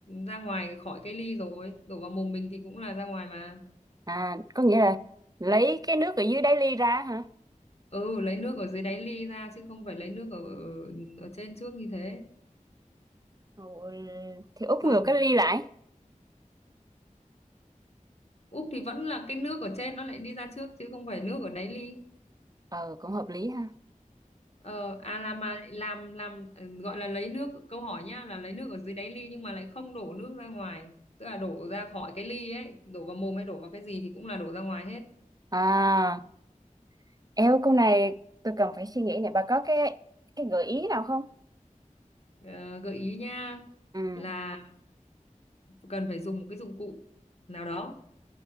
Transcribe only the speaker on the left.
ra ngoài khỏi cái ly rồi đổ vào mồm mình thì cũng là ra ngoài mà
ừ lấy nước ở dưới đáy ly ra chứ không phải lấy nước ở ở, ở trên trước như thế
không
úp thì vẫn là cái nước ở trên nó lại đi ra trước chứ không phải nước ở đáy ly
Ờ, à là mà lại làm làm ừ, gọi là lấy nước câu hỏi nhá là lấy nước ở dưới đáy ly nhưng mà lại không đổ nước ra ngoài tức là đổ ra khỏi cái ly ấy đổ vào mồm hay đổ vào cái gì thì cũng là đổ ra ngoài hết
Ờ, gợi ý nha
là cần phải dùng một cái dụng cụ nào đó